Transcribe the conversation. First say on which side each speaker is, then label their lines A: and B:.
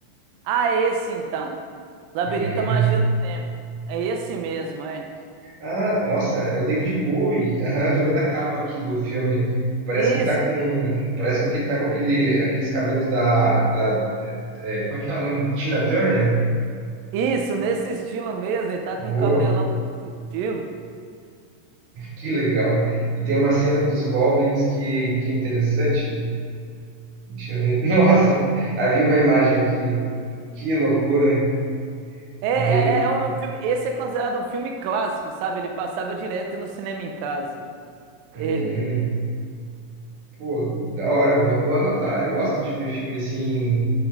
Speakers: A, on the right; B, on the right.
A: Ah, é esse então. Labirinto
B: Hum.
A: é a Magia do Tempo. É esse mesmo, é.
B: Ah, nossa, é o David Bowie. Aham, eu tô vendo a capa aqui do filme. Parece
A: Isso,
B: que tá com. Parece que ele tá com aquele, aqueles cabelos da. da é, como é que é o nome? Tina Turner?
A: isso, nesse estilo mesmo. Ele
B: Boa,
A: tá com um cabelão nesse estilo.
B: que legal. E tem uma cena dos Goblins que, que é interessante. Deixa eu ver. Nossa, <laughs> havia uma imagem aqui. Que loucura.
A: É, é,
B: Bem.
A: é é um, é um filme. Esse é considerado um filme clássico, sabe? Ele passava direto no cinema em casa.
B: hum.
A: Ele.
B: Pô, da hora, vou, vou anotar. Eu gosto de ver filme assim,